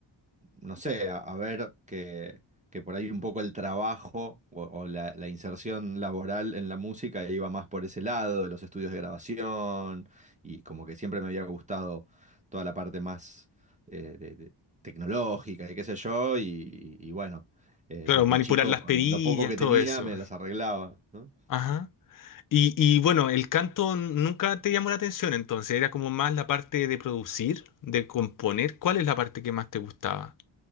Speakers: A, on the right; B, on the left.
A: no sé, a, a ver que, que por ahí un poco el trabajo o, o la, la inserción laboral en la música iba más por ese lado, de los estudios de grabación, y como que siempre me había gustado toda la parte más eh, de- de- tecnológica y qué sé yo, y, y bueno, eh,
B: Claro,
A: desde
B: manipular
A: chico
B: las
A: con
B: perillas,
A: lo poco que
B: todo
A: tenía
B: eso.
A: me las arreglaba, ¿no?
B: Ajá. Y, y bueno, el canto nunca te llamó la atención, entonces era como más la parte de producir, de componer. ¿Cuál es la parte que más te gustaba?